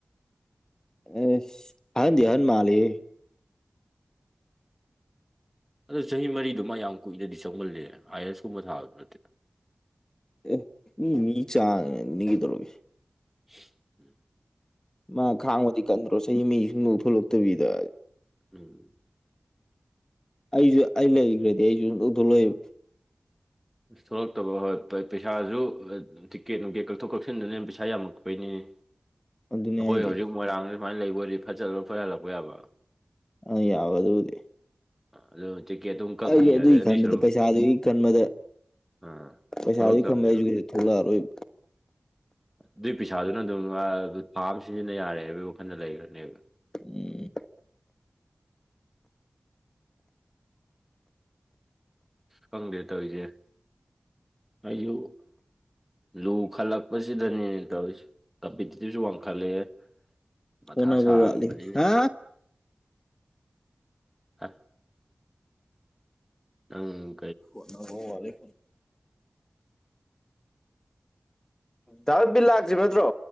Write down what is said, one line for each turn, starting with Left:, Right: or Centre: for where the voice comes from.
Left: ꯑꯦ ꯑꯍꯟꯗꯤ ꯑꯍꯟ ꯃꯥꯂꯦ
Centre: ꯑꯗꯣ ꯆꯍꯤ ꯃꯔꯤꯗꯨꯃ ꯌꯥꯝ ꯀꯨꯏꯅꯗꯤ ꯆꯪꯃꯜꯂꯦ ꯑꯥꯏ ꯑꯦꯁ ꯀꯨꯝꯕ ꯊꯥꯕ ꯅꯠꯇꯦ
Left: ꯑꯦ ꯃꯤ ꯃꯤ ꯆ ꯅꯤꯡꯃꯤ <unintelligible>
Centre: <unintelligible>
Left: ꯃꯥ ꯈꯥꯡꯕꯗꯤ ꯀꯟꯗ꯭ꯔꯣ ꯆꯍꯤ ꯃꯤꯁꯤꯡꯗ ꯊꯣꯛꯂꯛꯇꯕꯤꯗ
Centre: ꯎꯝ
Left: ꯑꯩꯁꯨ ꯑꯩ ꯂꯩ <unintelligible>
Centre: ꯊꯣꯛꯂꯛꯇꯕ ꯍꯣꯏ ꯄꯩꯁꯥꯁꯨ ꯇꯤꯛꯀꯦꯠ ꯅꯨꯡꯀꯦꯠ ꯀꯛꯊꯣꯛ ꯀꯛꯁꯤꯟꯗꯅꯦꯅ ꯄꯩꯁꯥ ꯌꯥꯝꯃꯛꯄꯩꯅꯤꯍ‌ꯦ
Left: ꯑꯗꯨꯅꯦ
Centre: ꯑꯩꯈꯣꯏ
Left: ꯍꯥꯏꯁꯦ
Centre: ꯍꯧꯖꯤꯛ ꯃꯣꯏꯔꯥꯡꯗ ꯁꯨꯃꯥꯏꯅ ꯂꯩꯕ ꯑꯣꯏꯗꯤ ꯐꯠ ꯆꯠꯂ ꯐꯠ ꯍꯜꯂꯛꯄ ꯌꯥꯕ
Left: ꯑ ꯌꯥꯎꯗꯨꯗꯤ
Centre: ꯑꯗꯨ ꯇꯤꯛꯀꯦꯠ ꯑꯗꯨꯝ ꯀꯛꯅꯤ
Left: ꯑꯩꯁꯨ ꯑꯗꯨꯒꯤ
Centre: ꯑꯗꯩ ꯑꯗꯨꯏ
Left: ꯈꯟꯕꯗ
Centre: ꯁꯔꯨꯛ
Left: ꯄꯩꯁꯥꯗꯨꯒꯤ ꯈꯟꯕꯗ
Centre: ꯑꯥ
Left: ꯄꯩꯁꯤꯒꯤ
Centre: ꯊꯣꯛꯂꯛꯇꯕꯅꯦꯕ
Left: ꯈꯟꯕꯗ ꯑꯩꯁꯨ ꯀꯩꯁꯨ ꯊꫭꯛꯂꯛꯑꯔꫭꯏ
Centre: ꯑꯗꯨꯏ ꯄꯩꯁꯥꯗꯨꯅ ꯑꯗꯨꯝ ꯊꯥꯝ ꯁꯤꯖꯤꯟꯅ ꯌꯥꯔꯦ ꯍꯥꯏꯕꯒꯤ ꯋꯥꯈꯜꯗ ꯂꯩꯈ꯭ꯔꯅꯦꯕ
Left: ꯎꯝ
Centre: ꯈꯪꯗꯦ ꯇꯧꯔꯤꯁꯦ ꯑꯩꯁꯨ ꯂꯨ ꯈꯠꯂꯛꯄꯁꯤꯗꯅꯦꯅ ꯇꯧꯔꯤꯁꯦ ꯀꯝꯄꯤꯇꯤꯇꯤꯞꯁꯨ ꯋꯥꯡꯈꯠꯂꯛꯑꯦ ꯃꯊꯥ
Left: ꯍꯣꯠꯅꯕ
Centre: ꯁꯥꯔꯕꯅꯤꯅ‌ꯦ
Left: ꯋꯥꯠꯂꯤ ꯍꯥ
Centre: ꯍꯥ ꯑꯪ
Left: ꯍꯣꯠꯅꯕ ꯋꯥꯠꯂ‌ꯦ ꯗꯥꯜ ꯕꯤꯜ ꯂꯥꯛꯇ꯭ꯔꯤꯕ ꯅꯠꯇ꯭ꯔꯣ